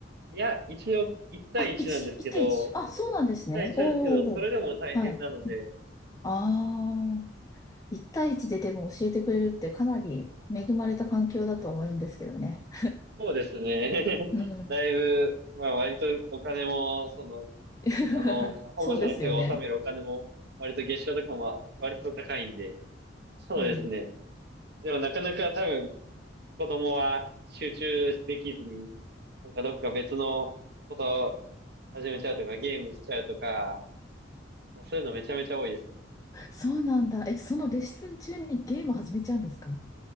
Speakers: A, on the right (about 60°); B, on the left (about 20°).
A: いや、一応、1対1なんですけど、
B: あ、1、いち対1。あ、そうなんですね。
A: 1対1なんですけど、
B: おー。
A: それでも大変なので、
B: はい。ああ。一対一ででも教えてくれるってかなり恵まれた環境だと思うんですけどね。
A: そうですね。<laughs>
B: うん。
A: だいぶ、まあ、割とお金も、その、
B: <laughs>
A: あの、保護者の人が納めるお金も、
B: そうですよね。
A: 割と月賞とかも割と高いんで、そうですね。
B: うん。
A: でもなかなか多分子供は集中できずになんかどっか別のこと始めちゃうとか、ゲームしちゃうとか、そういうのめちゃめちゃ多いですね。
B: そうなんだ。え、そのレッスン中にゲームを始めちゃうんですか